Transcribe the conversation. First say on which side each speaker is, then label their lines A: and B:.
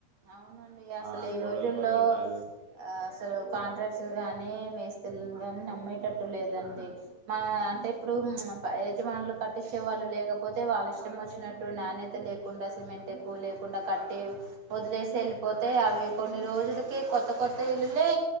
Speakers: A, on the right (about 40°); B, on the right (about 65°).
A: అవునండి అసలు
B: ఆ
A: ఈ
B: గోడలు
A: రోజుల్లో
B: పగలటాలు
A: ఆ అసలు కాంట్రాక్ట్ గానీ మేస్తిలను గాని నమ్మేటట్టు లేదండి మన అంటే ఇప్పుడు యజమానులు కట్టించేవాళ్ళు లేకపోతే వాళ్ళు ఇష్టం వచ్చినట్టు నాణ్యతను లేకుండా సిమెంట్ ఎక్కువ లేకుండా కట్టి వదిలేసి వెళ్ళిపోతే అవి కొన్ని రోజులకే కొ కొత్త కొత్త ఇల్లులే